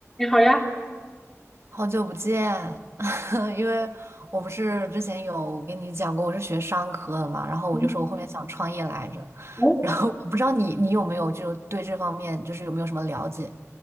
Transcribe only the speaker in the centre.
你好呀，
嗯，
哦，